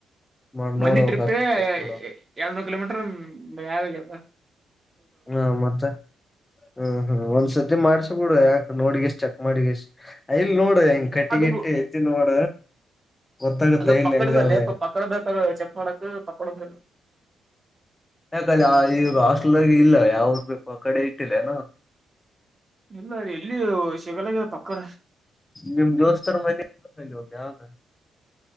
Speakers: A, on the left; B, on the right.
A: ಮಾಡ್
B: ಮನ್ನಿ
A: ನೋಡ್ಬೇಕ
B: ಟ್ರಿಪ್ಪೇ
A: ಚೆಕ್ ಮಾಡ
B: ಎರಡ್ನೂರು ಕಿಲೋಮೀಟರ್ ಯಾವಾಗದ
A: ಹ್ಮ ಮತ್ತ ಹ್ಮ್ ಹ್ಮ ಒಂದ್ಸತಿ ಮಾಡ್ಸಬ ಬಿಡುುವ ಯಾಕ ನೋಡಗಷ್ಟ ಚಕ್ ಮಾಡಿಷ್ಟ ಇಲ್ ನೋಡ ಹಂಗ್ ಕಟ್ಟಿಗ
B: ಅದು
A: ಇಟ್ಟ ಎ್ದ ನೋಡ ಗೊತ್ತಾಗತ್ತ
B: ಅದು
A: ಐಲ್
B: ಪಕ್ಕಡಲ್ಲ
A: ಹೆಂಗದ
B: ಪಕ್ಕಡ ಬ ಚೆಕ್ ಮಾಡಕ್ ಪಕಡಿಲ್ಲ
A: ಯಾಕ್ರೆ ಆ ಈವ ಹಾಸ್ಟೆಲ್ಗ ಇಲ್ಲ ಯಾವ್ರ ಬ ಕಡೆ ಇಟ್ಟಿಲ್ಲನ
B: ಇಲ್ಲ ಎಲ್ಲಿ ಶಗಾಲಾಗಲ್ಲ ತಕ್ಕಡ
A: ನಿಮ್ಮ ದೋಸ್ತರು ಮ ಹ